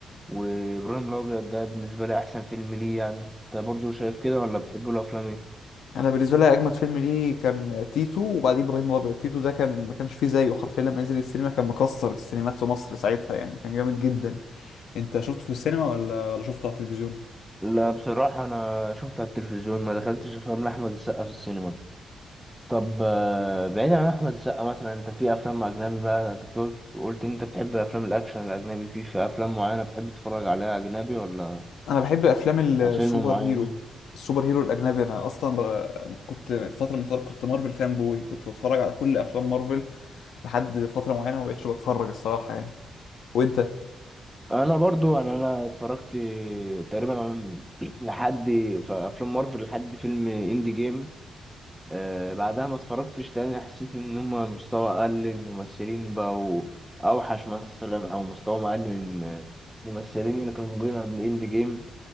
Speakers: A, in the centre; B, on the left.
A: وابراهيم الابيض ده بالنسبه لي احسن فيلم ليه يعني انت برضو شايف كده ولا بتحب له افلام ايه
B: انا بالنسبه لي اجمد فيلم ليه كان تيتو وبعديه ابراهيم الابيض تيتو ده كان ما كانش فيه زيه حرفيا لما نزل السينما كان مكسر السينمات في مصر ساعتها يعني كان جامد جدا انت شفته في السينما ولا ولا شفته على التلفزيون
A: لا بصراحه انا شفت على التلفزيون ما دخلتش افلام لاحمد السقا في السينما طب آه، بعيدا عن احمد السقا مثلا انت في افلام اجنبي بقى أنت كنت قلت ان انت بتحب افلام الاكشن الاجنبي في في افلام معينه بتحب تتفرج عليها اجنبي ولا
B: انا بحب افلام السوبر
A: فيلم معين
B: هيرو السوبر هيرو الاجنبي انا اصلا ب... كنت فتره من الفترات كنت مارفل فان بوي كنت بتفرج على كل افلام مارفل لحد فتره معينه ما بقتش بتفرج الصراحه يعني وانت
A: انا برضو يعني انا اتفرجت تقريبا عن- <clears throat> لحد في افلام مارفل لحد فيلم اندي جيم أه بعدها ما اتفرجتش تاني حسيت ان هما مستوى اقل الممثلين بقوا اوحش مثلا او مستوى اقل من الممثلين اللي كانوا موجودين قبل اندي جيم